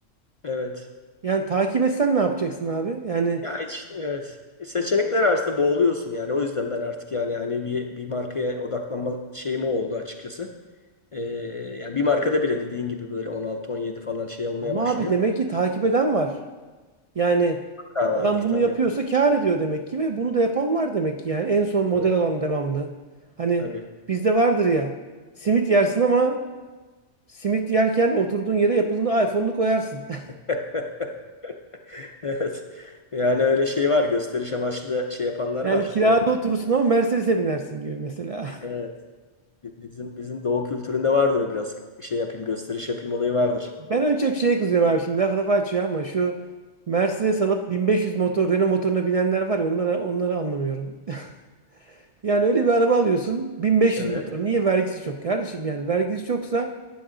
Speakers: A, on the left; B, on the right.
A: Evet.
B: Yani takip etsen ne yapacaksın abi? Yani
A: Ya hiç- evet. Seçenekler arasında boğuluyorsun yani. O yüzden ben artık yani yani bir, bir markaya odaklanma şeyim o oldu açıkçası. Ee, yani bir markada bile dediğin gibi böyle 16-17 falan şey olmaya
B: ama
A: başlıyor.
B: abi demek ki takip eden var. Yani
A: Ha
B: adam
A: vardır tabii.
B: bunu yapıyorsa kâr ediyor demek ki ve bunu da yapan var demek ki yani en son model
A: Evet.
B: alan devamlı. Hani
A: Tabii.
B: bizde vardır ya simit yersin ama simit yerken oturduğun yere Apple'ın iPhone'unu koyarsın. <laughs>
A: <laughs> Evet. Yani öyle şey var. Gösteriş amaçlı da şey yapanlar
B: Yani
A: var.
B: kirada
A: Doğu,
B: oturursun ama Mercedes'e binersin gibi mesela.
A: evet. Bizim bizim doğu kültüründe vardır o biraz. Şey yapayım, gösteriş yapayım olayı vardır.
B: Ben en çok şeye kızıyorum abi şimdi laf lafı açıyor ama şu Mercedes alıp 1500 motor Renault motoruna binenler var ya onlara onları anlamıyorum. <laughs> Yani öyle bir araba alıyorsun 1500
A: Evet.
B: motor. Niye vergisi çok kardeşim yani vergisi çoksa